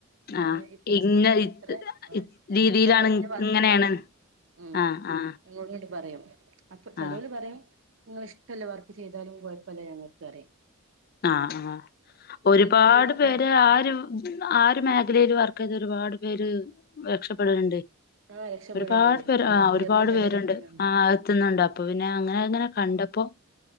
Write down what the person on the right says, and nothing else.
ങ്ങനെ
ഇത്ര
സ്റ്റി
ഇത്ര ആ
ഇത്ര ഇന്ന് വർക്ക്
വേണം ഉം
ങ്ങളോട് പറയും അപ്പൊ ചെലോരു
പറയും ങ്ങള് ഇഷ്ടല്ല വർക്ക് ചെയ്താലും കുയപ്പമില്ല ഞങ്ങ <unintelligible>
രീതിയിൽ നമ്മള്
ആഹ് രക്ഷപ്പെടണ്ട്
ഉയ
ഉയർന്ന
നിലയിൽ
എത്തുന്നുണ്ട്